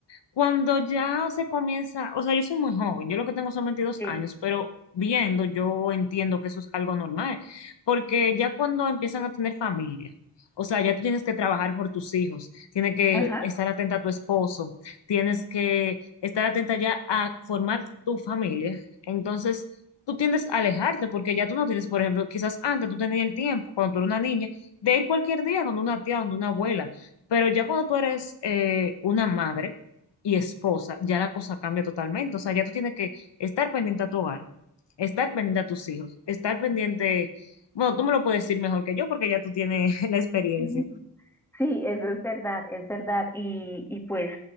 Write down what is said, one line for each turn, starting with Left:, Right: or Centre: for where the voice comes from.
Left: cuando ya se comienza, o sea, yo soy muy joven, yo lo que tengo son veintidós
Centre: Sí.
Left: años, pero viendo yo entiendo que eso es algo normal, porque ya cuando empiezan a tener familia, o sea, ya tú tienes que trabajar por tus hijos, tienes que
Centre: Ajá.
Left: estar atenta a tu esposo, tienes que estar atenta ya a formar tu familia, entonces tú tiendes a alejarte porque ya tú no tienes, por ejemplo, quizás antes tú tenías el tiempo, cuando tú eras una niña, de ir cualquier día donde una tía, donde una abuela pero ya cuando tú eres eh, una madre y esposa, ya la cosa cambia totalmente. O sea, ya tú tienes que estar pendiente a tu hogar, estar pendiente a tus hijos, estar pendiente, bueno, tú me lo puedes decir mejor que yo porque ya tú tienes <laughs> la experiencia.
Centre: Ujú. Sí, eso es verdad, es verdad. Y, y pues